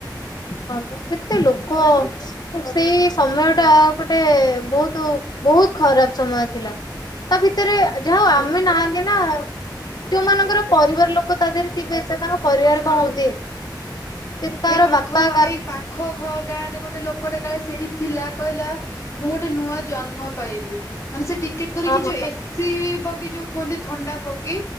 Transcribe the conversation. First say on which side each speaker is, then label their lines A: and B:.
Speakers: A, on the left; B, on the left.
A: ହଁ ତ କେତେ ଲୋକ। ସେଇ ସମୟଟା ଗୋଟେ ବହୁତ ବହୁତ ଖରାପ ସମୟ ଥିଲା। ତା ଭିତରେ ଯାହାଉ ଆମେ ନାହାନ୍ତି ନା ଯୋଉମାନଙ୍କର ପରିବାର ଲୋକ ତା ଦେହରେ ଥିବେ ସେ ତାଙ୍କ ପରିବାର କଣ
B: ଆଉ
A: ହୋଉଥିବେ। କେ ତାର
B: ଏଇ ପାଖ
A: ବାପା
B: ପା ଏଇ ପାଖ ଘ ଗାଁରେ ଗୋଟେ ଗୋଟେ ଲୋକଟେ କାଳେ ସେଇଠି ଥିଲା କହିଲା ମୁଁ ଗୋଟେ ନୂଆ ଜନ୍ମ ପାଇଲି ମାନେ ସେ ଟିକେଟ କରିକି
A: ହଁ ହଁ
B: ଯୋଉ ଏସି ବଗି ଯୋଉ କୁହନ୍ତି ଥଣ୍ଡା ବଗି